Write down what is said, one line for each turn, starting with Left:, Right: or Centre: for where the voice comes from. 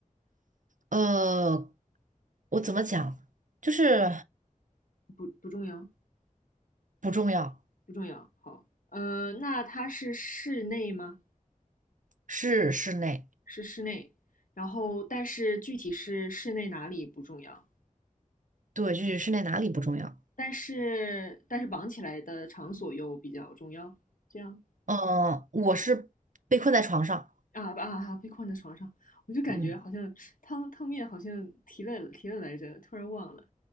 Right: 呃，我怎么讲？就是
Left: 不，不重要，
Right: 不重要，
Left: 不重要。好，呃，那它是室内吗？
Right: 是室内。
Left: 是室内。然后，但是具体是室内哪里不重要，
Right: 对，就是室内哪里不重要？
Left: 但是但是绑起来的场所又比较重要。这样
Right: 呃，我是被困在床上。
Left: 啊啊啊！被困在床上，我就感觉好像汤汤面好像提了提了来着，
Right: 嗯
Left: 突然忘了。